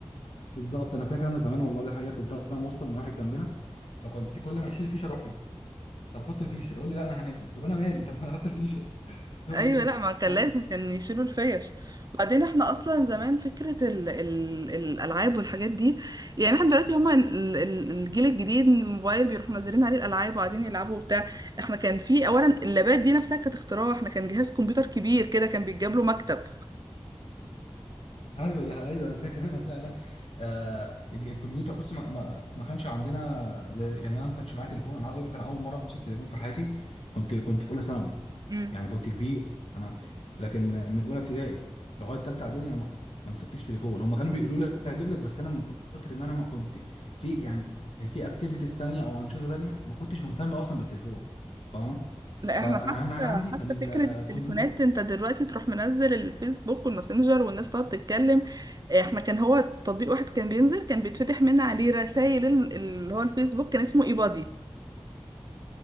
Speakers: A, on the left; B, on the right.
A: بالظبط انا فاكر انا زمان والله دي حقيقه كنت انا موصل من واحد جنبنا فكنت كل ما اشيل الفيشه اروح له طب حط الفيشه يقول لي لا انا هنام طب انا مالي طب انا حط الفيشه <laughs> يقول
B: ايوه
A: لي
B: لا ما كان
A: فاهم
B: لازم كان يشيلوا الفيش بعدين احنا اصلا زمان فكره ال ال الالعاب والحاجات دي يعني احنا دلوقتي هما ال- ال- الجيل الجديد الموبايل بيروحوا منزلين عليه الالعاب وقاعدين يلعبوا وبتاع احنا كان في اولا اللابات دي نفسها كانت اختراع احنا كان جهاز كمبيوتر كبير كده كان بيتجاب له مكتب
A: ايوه دي ايوه انا فاكر انا فعلا آه الج- الكمبيوتر بص ما, ما, ما كانش عندنا زي يعني انا ما كانش معايا تليفون انا عايز اقول لك انا اول مره امسك تليفون في حياتي كنت كنت في اولى ثانوي
B: مم.
A: يعني كنت كبير انا لكن من اولى ابتدائي لغايه ثالثه اعدادي انا ما ما مسكتش تليفون هم كانوا بيقولوا لي هجيب لك بس انا من كتر ما انا ما كنت في يعني في اكتيفيتيز تانية او انشطه تانية ما كنتش مهتم اصلا بالتليفون فاهم
B: لا
A: فانا
B: احنا حتى
A: اهم حاجه عندي
B: حتى
A: كان
B: فكرة
A: الكمبيوتر
B: التليفونات انت دلوقتي تروح منزل الفيسبوك والماسنجر والناس تقعد تتكلم آه، احنا كان هو تطبيق واحد كان بينزل كان بيتفتح من عليه رسائل اللي هو الفيسبوك كان اسمه ايبادي